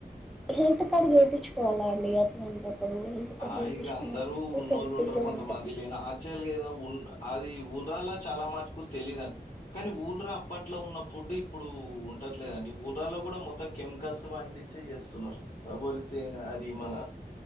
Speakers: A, in the centre; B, on the left (about 50°).
A: హెల్త్ కార్డ్ చేపించుకోవాలా అండి అట్లాంటప్పుడు హెల్త్ కార్డ్
B: ఆ
A: చేపించుకున్నాం
B: ఇగా అందరు
A: అనుకో
B: ఉన్నోళ్ళు
A: సేఫ్టీగా
B: ఉంటరు కొంతమంది
A: ఉంటుంది
B: లే ఆచ్చేలుగా ఏదో అది ఊర్లలా చాలా మటుకు తెలీదని కానీ ఊర్ల అప్పట్లో ఉన్న ఫుడ్ ఇప్పుడు ఉట్లేదండి ఊర్ల లో గూడా మొత్తం కెమికల్స్ పండించి చేస్తున్నారు వరిస అది మన